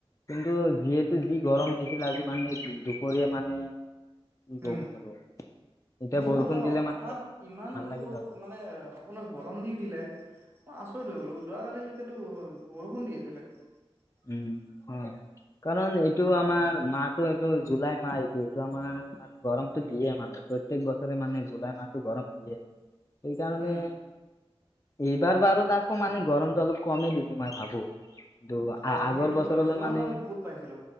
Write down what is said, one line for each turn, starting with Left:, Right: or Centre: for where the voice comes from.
Left: কিন্তু যিহেতু যি গৰম দিছিলে আজি মানে দুপৰীয়া মানে কি ক'ব
Right: উম,
Left: আৰু এতিয়া
Right: বহুত
Left: বৰষুণ
Right: অ,
Left: দিলে
Right: হঠাৎ
Left: মানে
Right: ইমান
Left: ভাল লাগিল
Right: বৰষুণ
Left: হয়
Right: মানে আপোনাৰ গৰম দি দিলে মই আচৰিত ধৰিব লাগিব যোৱাকালিলৈকেতো বৰষুণ দি আছিলে।
Left: উম
Right: <inaudible>
Left: হয়। কাৰণ এইটো আমাৰ মাহটো এইটো জুলাই মাহ এইটো এইটো আমাৰ মানে গৰমতটো দিয়ে মান প্ৰত্যেক বছৰে মানে জুলাই মাহটো গৰম দিয়ে সেইকাৰণে
Right: উম
Left: এইবাৰ বাৰু তাকৌ মানে গৰমটো অলপ কমেই দিছি মই ভাবো কিন্তু আ
Right: অ
Left: - আগৰ
Right: সেইটো
Left: বছৰলৈ
Right: হয় যোৱাবাৰ
Left: মানে
Right: বহুত পাইছিলো